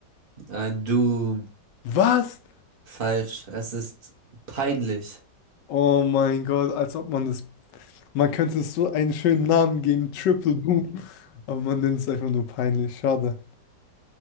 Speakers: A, on the right; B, on the left.
A: Ein Doom.
B: Was?
A: Falsch. Es ist peinlich.
B: Oh mein Gott, als ob man das. Man könnte es so einen schönen Namen geben, Triple Boom. Aber man nennt es einfach nur peinlich. Schade.